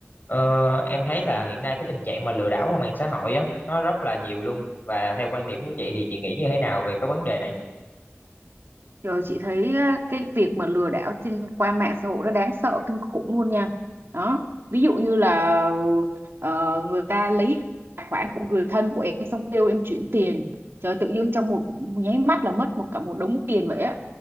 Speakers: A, on the left; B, on the right.
A: Ờ, em thấy là hiện nay cái tình trạng mà lừa đảo qua mạng xã hội á nó rất là nhiều luôn và theo quan điểm của chị thì chị nghĩ như thế nào về cái vấn đề này?
B: Rồi chị thấy á, cái việc mà lừa đảo trên qua mạng xã hội nó đáng sợ kinh khủng luôn nha. Đó, ví dụ như là ờ, người ta lấy tài khoản của người thân của em xong kêu em chuyển tiền. Trời tự dưng trong một nháy mắt là mất một cả một đống tiền vậy á.